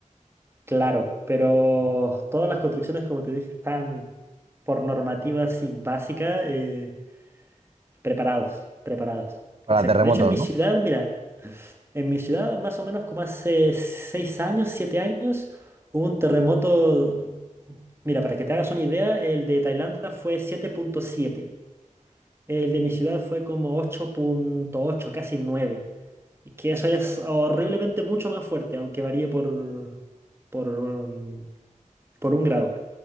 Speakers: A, on the right; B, on the right.
A: Claro, pero todas las construcciones, como te dije, están por normativa así básica, eh, preparados, preparados.
B: Para
A: Exacto.
B: terremotos,
A: De hecho, en mi
B: ¿no?
A: ciudad, mira, en mi ciudad más o menos como hace seis años, siete años, hubo un terremoto. Mira, para que te hagas una idea, el de Tailandia fue siete punto siete. El de mi ciudad fue como ocho punto ocho, casi 9. Y que eso es horriblemente mucho más fuerte, aunque varíe por, por, um, por un grado.